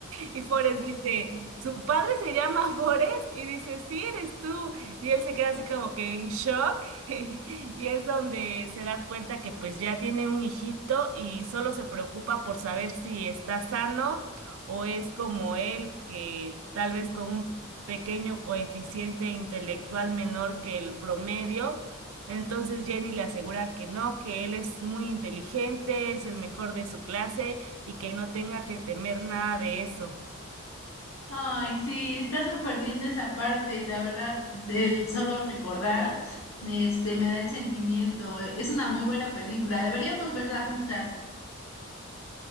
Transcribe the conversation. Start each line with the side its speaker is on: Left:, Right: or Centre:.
Right: Y Forrest dice, ¿su padre se llama Forrest? Y dice, sí, eres tú. Y él se queda así como que en shock. <laughs> Y es donde se da cuenta que pues ya tiene un hijito y solo se preocupa por saber si está sano o es como él, que tal vez con un pequeño coeficiente intelectual menor que el promedio entonces Jenny le asegura que no, que él es muy inteligente, es el mejor de su clase y que no tenga que temer nada de eso.
Left: Ay, sí, está súper linda esa parte, la verdad, del solo recordar, este, me da el sentimiento. Es una muy buena película, deberíamos verla juntas.